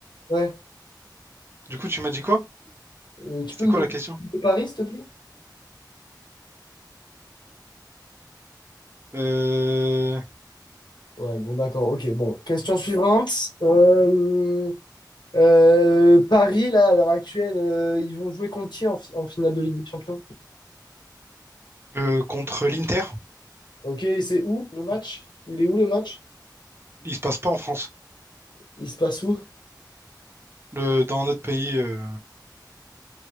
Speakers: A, on the left; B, on the right.
A: Ouais.
B: Du coup, tu m'as dit quoi?
A: Euh, tu
B: C'était
A: peux me
B: quoi
A: donner
B: la question?
A: le de Paris, s'il te plaît?
B: Euh,
A: Ouais, bon, d'accord. Ok, bon. Question suivante. Euh, euh, Paris, là, à l'heure actuelle, euh, ils vont jouer contre qui en, fi- en finale de Ligue des Champions?
B: euh, contre l'Inter,
A: Ok, c'est où le match? Il est où le match?
B: il se passe pas en France.
A: Il se passe où?
B: Le... Dans notre pays. euh,